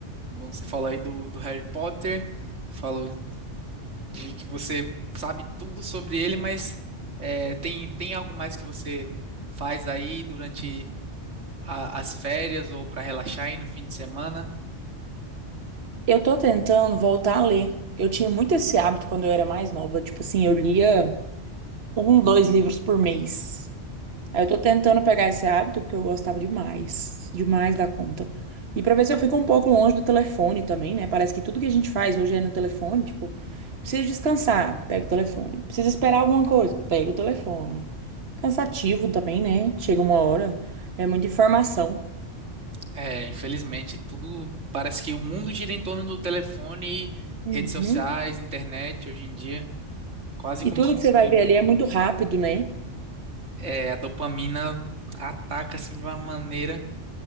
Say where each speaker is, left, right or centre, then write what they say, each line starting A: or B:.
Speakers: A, on the right (about 75°); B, on the right (about 55°).
A: Bom, você falou aí do, do Harry Potter, falou de que você sabe tudo sobre ele, mas é, tem, tem algo mais que você faz aí durante a- as férias ou para relaxar aí no fim de semana?
B: Eu tô tentando voltar a ler. Eu tinha muito esse hábito quando eu era mais nova. Tipo assim, eu lia um, dois livros por mês. Aí eu tô tentando pegar esse hábito porque eu gostava demais, demais da conta. E pra ver se eu fico um pouco longe do telefone também, né? Parece que tudo que a gente faz hoje é no telefone. Tipo, preciso descansar, pega o telefone. Preciso esperar alguma coisa, pega o telefone. Cansativo também, né? Chega uma hora, é muita informação.
A: É, infelizmente, tudo parece que o mundo gira em torno do telefone,
B: Uhum.
A: redes sociais, internet hoje em dia, quase
B: E
A: como
B: tudo
A: se fosse
B: que você vai
A: um membro.
B: ver ali é muito rápido, né?
A: É, a dopamina ataca assim de uma maneira,